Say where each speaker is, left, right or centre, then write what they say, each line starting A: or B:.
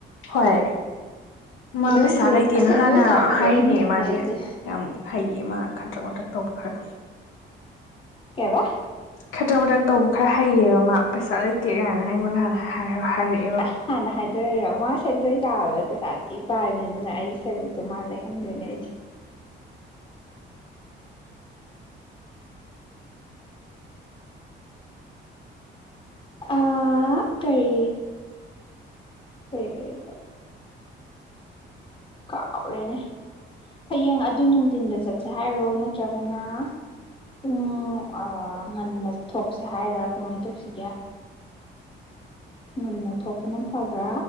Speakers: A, on the left (about 85°); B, on the left (about 25°).
A: ꯍꯣꯏ ꯃꯥ
B: ꯅꯣꯏꯁꯦ
A: ꯄꯩꯁꯥ ꯂꯩꯇꯦꯅ
B: ꯁꯦꯟꯗꯣꯏ
A: ꯍꯥꯟꯅ
B: ꯆꯥꯕꯤ
A: ꯍꯥꯏꯔꯤꯅꯦ
B: ꯂꯩꯍꯟꯗꯣꯏꯅꯦ
A: ꯃꯥꯗꯤ
B: ꯑꯩꯗꯤ
A: ꯌꯥꯝ ꯍꯩꯌꯦ ꯃꯥ ꯈꯗ꯭ꯔꯛ ꯃꯗ꯭ꯔꯛ ꯇꯧꯕ ꯈ꯭ꯔꯥ
B: ꯀꯩ ꯑꯕꯥ
A: ꯈꯗ꯭ꯔꯛ ꯃꯗ꯭ꯔꯛ ꯇꯧꯕ ꯈꯔ ꯍꯩꯌꯦꯕ ꯃꯥ ꯄꯩꯁꯥ ꯂꯩꯇꯦ ꯒꯥꯏꯅ ꯑꯩꯉꯣꯟꯗ ꯍꯥꯟꯅ ꯍꯥꯏꯔ ꯍꯥꯏꯔꯛꯑꯦ
B: ꯑꯁ ꯍꯥꯟꯅ ꯍꯥꯏꯗꯣꯔꯛꯢꯔꯣ ꯃꯥ ꯁꯦꯟꯗꯣꯏ ꯆꯥꯕꯗꯣ ꯄꯩꯁꯥ ꯊꯤ ꯄꯥꯏꯕꯅ ꯑꯩꯒꯤ ꯁꯔꯨꯛꯇꯣ ꯃꯥ ꯂꯩꯍꯟꯗꯣꯏꯅꯦ ꯑꯩꯗꯤ ꯑ ꯀꯔꯤ ꯀꯔꯤ ꯀꯔꯤ ꯀꯥꯎꯔꯦꯅꯦ ꯍꯥꯌꯦꯡ ꯑꯗꯨ ꯅꯨꯡꯊꯤꯟꯗ ꯆꯠꯁꯦ ꯍꯥꯏꯔꯣ ꯅꯠꯇ꯭ꯔꯒꯅ ꯄꯨꯡ ꯑ ꯉꯟꯅ ꯊꯣꯛꯁꯦ ꯍꯥꯏꯔꯣ ꯀꯃꯥꯏ ꯇꯧꯁꯤꯒꯦ ꯉꯟꯅꯥ ꯊꯣꯛꯄꯅ ꯐꯕ꯭ꯔꯥ